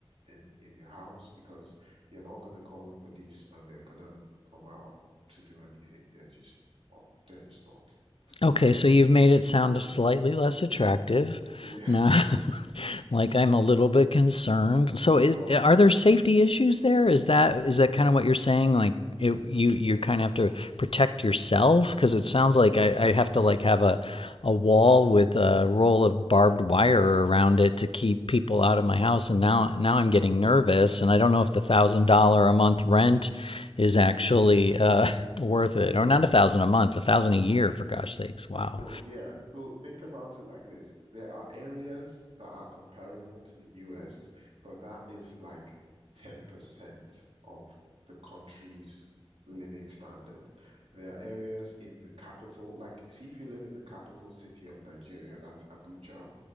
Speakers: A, on the right; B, on the left.
A: in in your house because you're not going to call the police and they're going to come out to do anything. They're just not. They're just not.
B: Okay,
A: And then,
B: so you've made it sound slightly less attractive.
A: yeah.
B: Now,
A: <laughs>
B: <laughs> like I'm a little bit concerned. So,
A: So,
B: is,
A: but
B: are there safety issues there? Is that is that kind of what you're saying? Like, it, you you kind of have to protect yourself because it sounds like I, I have to like have a a wall with a roll of barbed wire around it to keep people out of my house and now now I'm getting nervous and I don't know if
A: yeah,
B: the thousand dollar a month rent is actually
A: it's worth
B: uh, <laughs>
A: it's
B: worth
A: worth
B: it
A: the risk.
B: or not a thousand a month a thousand a year for gosh sakes wow
A: So yeah, so think about it like this. There are areas that are comparable to the US, but that is like 10% of the country's living standard. There are areas in the capital, like see if you live in the capital city of Nigeria, that's Abuja,